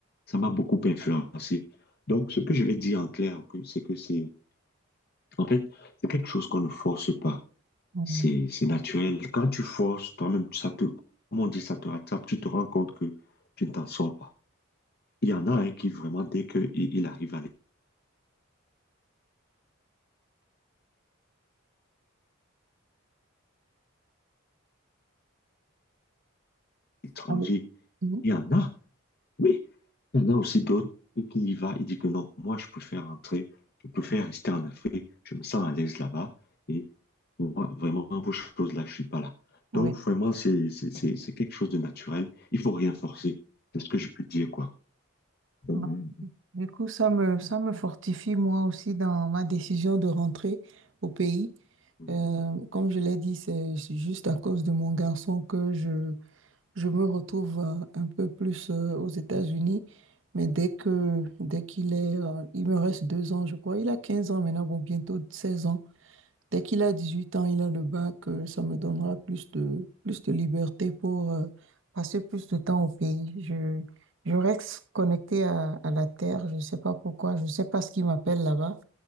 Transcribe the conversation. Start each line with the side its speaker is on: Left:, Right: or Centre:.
Left: ça m'a beaucoup influencé. Donc, ce que je vais dire en clair, que- c'est que c'est, en fait, c'est quelque chose qu'on ne force pas.
Right: Mhm.
Left: C'est, c'est naturel. Quand tu forces, toi-même, ça te, comme on dit, ça te rattrape, tu te rends compte que tu ne t'en sors pas. Il y en a un qui vraiment, dès qu'il il il arrive à l'étranger,
Right: Allez. Mhm.
Left: il y en a. Oui, il y en a aussi d'autres qui y va il dit que non, moi je préfère rentrer, je préfère rester en Afrique, je me sens à l'aise là-bas et moi vraiment pour ces choses-là, je suis pas là.
Right: Oui.
Left: Donc vraiment c'est c'est c'est c'est quelque chose de naturel, il faut rien forcer. C'est ce que je peux dire quoi. Donc,
Right: Bah,
Left: voilà un
Right: Du coup, ça me, ça me fortifie moi aussi dans ma décision de rentrer au pays.
Left: peu.
Right: Euh, comme je l'ai dit, c'est juste à cause de mon garçon que je, je me retrouve euh, un peu plus euh, aux États-Unis, mais dès que, dès qu'il est, euh, il me reste deux ans, je crois. Il a 15 ans maintenant, bon, bientôt 16 ans. Dès qu'il a 18 ans, il a le bac, euh, ça me donnera plus de, plus de liberté pour euh, passer plus de temps au pays. Je, je reste connectée à, à la terre, je ne sais pas pourquoi, je ne sais pas ce qui m'appelle là-bas,